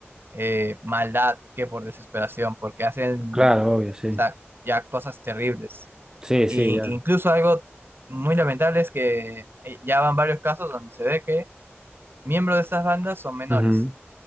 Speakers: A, on the right (about 55°); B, on the right (about 15°).
A: eh, maldad que por desesperación, porque hacen
B: Claro, obvio, sí.
A: o sea, ya cosas terribles.
B: Sí,
A: Y
B: sí, ya.
A: incluso algo muy lamentable es que eh, ya van varios casos donde se ve que miembros de esas bandas son menores.
B: Ujú.